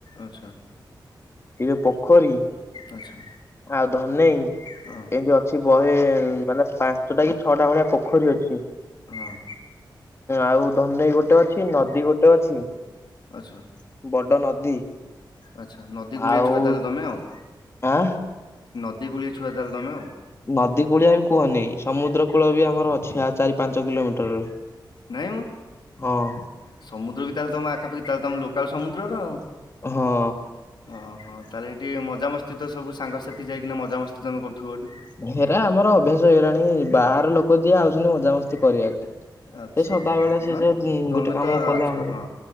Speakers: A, on the left (about 65°); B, on the left (about 35°).
A: ଆଚ୍ଛା।
B: ଇଏ ପୋଖରୀ
A: ଆଚ୍ଛା
B: ଆଉ ଧନେଇ।
A: ହଁ।
B: ଏମିତି ଅଛି ବହେ, ମାନେ ପାଞ୍ଚଟା କି ଛଅଟା ଭଳିଆ ପୋଖରୀ ଅଛି।
A: ହଁ
B: ଆଉ ଧନେଇ ଗୋଟେ ଅଛି, ନଦୀ ଗୋଟେ ଅଛି।
A: ଆଚ୍ଛା।
B: ବଡ଼ ନଦୀ।
A: ଆଚ୍ଛା, ନଦୀ କୂଳିଆ
B: ଆଉ
A: ଛୁଆ ତାହେଲେ ତମେ ଆଉ।
B: ଆଁ?
A: ନଦୀ କୂଳିଏ ଛୁଆ ତାହେଲେ ତମେ ଆଉ।
B: ନଦୀ କୂଳିଆ ବି କୁହନି, ସମୁଦ୍ର କୂଳ ବି ଆମର ଅଛି ଆଉ ଚାରି ପାଞ୍ଚ କିଲୋମିଟରରେ।
A: ନାଇଁ ମ।
B: ହଁ।
A: ସମୁଦ୍ର ବି ତାହେଲେ ତମ ଆଖାପାଖି, ତାହେଲେ ତମେ ଲୋକାଲ ସମୁଦ୍ରରର ଆଉ।
B: ହଁ।
A: ଅ ହଁ, ତାହେଲେ ହେଇଠି ମଜାମସ୍ତି ତ ସବୁ ସାଙ୍ଗସାଥି ଯାଇକିନା ମଜାମସ୍ତି ତମେ କରୁଥିବ ହେଠି।
B: ହେରା ଆମର ଅଭ୍ୟାସ ହେଇଗଲାଣି ବାହାର ଲୋକ ଯିଏ ଆଉଚନ୍ତି ମଜାମସ୍ତି କରିବାକୁ। ସେ
A: ଆଚ୍ଛା
B: ସଦାବେଳେ
A: ତମେ
B: ସିଏ
A: ହଁ
B: ସେ ଗୁଁ
A: ତମେ
B: ଗୋଟେ କାମ
A: ତ ଆଚ୍ଛା
B: କଲେ ଆମର
A: ହଁ।